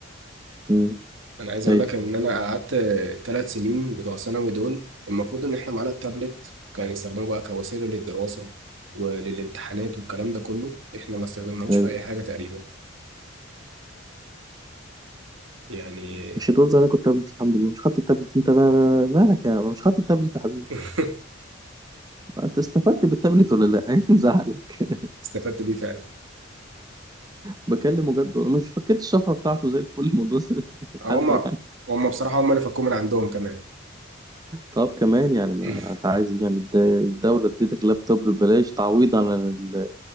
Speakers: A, on the right; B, on the right.
A: كله
B: انا عايز اقول
A: ايوه
B: لك ان انا قعدت ثلاث سنين بتوع ثانوي دول المفروض ان احنا معانا التابلت كان يستخدموه بقى كوسيله للدراسه وللامتحانات والكلام ده كله احنا ما استخدمناهوش
A: ايوه
B: في اي حاجه تقريبا يعني
A: مش هتقول زي انا كنت تابلت الحمد لله مش خدت التابلت انت بقى مالك يا عم مش خدت التابلت يا حبيبي
B: <laughs>
A: انت استفدت بالتابلت ولا لا <laughs> ايه اللي مزعلك
B: استفدت بيه فعلا
A: بكلمه جد والله مش فكيت الشفره بتاعته زي الفل الموضوع <laughs>
B: هم
A: حد يعني
B: هم بصراحه هم اللي فكوه من عندهم كمان
A: طب كمان يعني ما
B: <laughs>
A: انت عايز إيه يعني الد- الدوله اديتك لابتوب ببلاش تعويض عن ال...